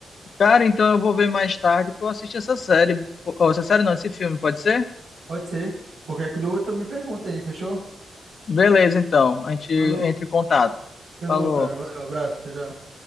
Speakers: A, on the left; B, on the right.
A: Cara, então eu vou ver mais tarde pra eu assistir essa série. Ou essa série não, esse filme, pode ser?
B: Pode ser. Qualquer dúvida, tu me pergunta aí, fechou?
A: Beleza, então. A gente
B: Falou,
A: entra em contato.
B: falou,
A: Falou.
B: cara. Valeu, abraço, tchau, tchau.